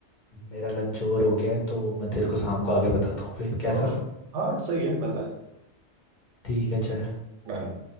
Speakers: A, on the left (about 45°); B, on the right (about 90°).
A: मेरा लंच ओवर हो गया है तो मैं तेरे को शाम को आगे बताता हूँ फिर कैसा
B: परफेक्ट हाँ सही है मिलता है
A: ठीक है चल
B: Done।